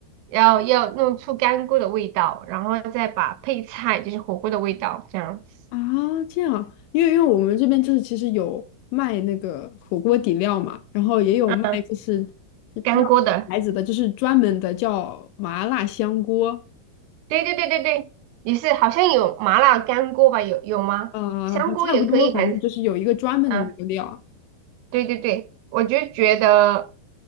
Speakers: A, on the right; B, on the left.
A: 要要弄出干锅的味道，然后再把配菜就是火锅的味道这样子，
B: 啊，这样啊，因为因为我们这边就是其实有卖那个火锅底料嘛，然后也有卖就是
A: 嗯，
B: 不知道哪个牌子的，
A: 干锅的。
B: 就是专门的叫麻辣香锅，
A: 对对对对对，也是，好像有麻辣干锅吧？有有吗？
B: 呃，
A: 香锅也可以，
B: 差不多，反正就是有一个专门的那个料
A: 反正嗯，对对对，我就觉得